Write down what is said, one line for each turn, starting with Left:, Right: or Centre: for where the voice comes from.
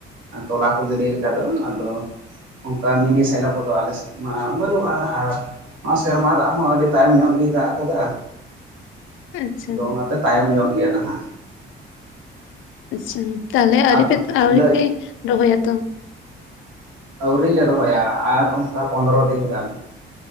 Right: ᱛᱚᱞᱟ ᱠᱚ ᱜᱤᱰᱤ ᱞᱮᱠᱟ ᱫᱚ ᱟᱫᱚ ᱚᱝᱠᱟ ᱢᱤᱱᱤ ᱥᱮᱞᱚ ᱠᱚᱫᱚ ᱟᱞᱮ ᱥᱮᱫ ᱢᱟ ᱵᱟᱹᱱᱩᱜᱼᱟ ᱟᱨ ᱱᱚᱶᱟ ᱥᱮᱨᱢᱟ ᱫᱟᱜ ᱦᱚᱸ ᱟᱹᱰᱤ ᱛᱟᱭᱚᱢ ᱧᱚᱜ ᱜᱤᱭ ᱫᱟᱜ ᱟᱠᱟᱫᱟ᱾
Left: ᱟᱪᱪᱷᱟ
Right: ᱟᱫᱚ ᱚᱱᱟᱛᱮ ᱛᱟᱭᱚᱢ ᱧᱚᱜ ᱜᱮᱭᱟ ᱱᱟᱦᱟᱜ᱾
Left: ᱟᱪᱪᱷᱟ ᱛᱟᱦᱚᱞᱮ
Right: ᱟᱫᱚ
Left: ᱟᱹᱣᱨᱤ ᱯᱮ ᱟᱹᱣᱨᱤ
Right: ᱞᱟᱹᱭ
Left: ᱯᱮ ᱨᱚᱦᱚᱭᱟ ᱛᱚ?
Right: ᱟᱹᱣᱨᱤ ᱞᱮ ᱨᱚᱦᱚᱭᱟ ᱟᱨ ᱚᱱᱠᱟ ᱯᱚᱸᱫᱨᱚ ᱫᱤᱱ ᱜᱟᱱ᱾